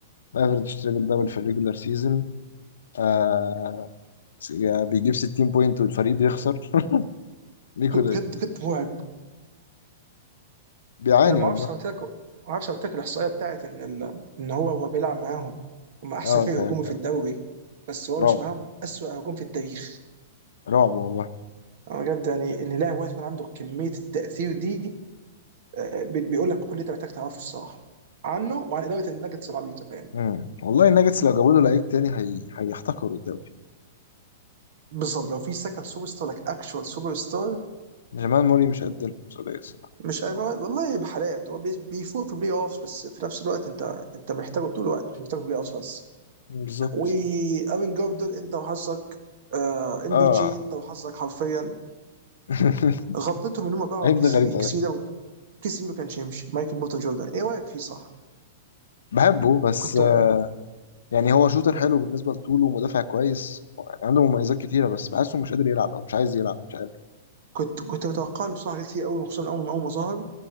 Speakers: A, on the left; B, on the right.
A: افريج تريبل دبل في الريجولار سيزون آه س- آه، بيجيب 60 بوينت والفريق بيخسر <laughs> نيكولا
B: هو بجد بجد مرعب
A: بيعاني
B: انا ما
A: والله
B: اعرفش هوتاك ما اعرفش هوتاك الاحصائيه بتاعت ان ال- ان هو وهو بيلعب معاهم هم احسن
A: اه
B: فريق
A: تهيألي
B: هجومي في
A: يعني
B: الدوري بس هو
A: رعب
B: مش معاهم اسوأ هجوم في التاريخ
A: رعب والله
B: أنا بجد يعني ان لاعب واحد يكون عنده كميه التاثير دي آه، بي- بيقول لك كل اللي انت محتاج تعرفه الصراحه عنه وعن اداره النجتس العبيطه يعني
A: مم. والله الناجتس لو جابوا له لعيب تاني هي... هيحتكروا الدوري
B: بالظبط لو في سكند سوبر ستار لك اكشوال سوبر ستار
A: جمال موري مش قد المسؤولية الصراحة
B: مش أي- والله بحالات هو بي- بيفوق في بلاي اوفس بس في نفس الوقت انت انت محتاجه طول الوقت مش محتاجه في بلاي اوفس بس
A: بالظبط
B: وامين جوردن انت وحظك آه، ام
A: اه
B: بي جي انت وحظك حرفيا
A: <laughs>
B: غلطتهم ان هم باعوا
A: اللعيب
B: كي
A: ده
B: سي
A: غريب
B: بي كي
A: قوي
B: سي بي ده كي سي بي ما كانش يمشي مايكل بورتر جوردن ايه رايك فيه صح؟
A: بحبه بس
B: كنت
A: آه، يعني هو شوتر حلو بالنسبه لطوله ومدافع كويس يعني عنده مميزات كتيره بس بحسه مش قادر يلعب او مش عايز يلعب مش عارف
B: كنت كنت متوقع له بصراحه حاجات كتير قوي وخصوصا اول ما اول ما ظهر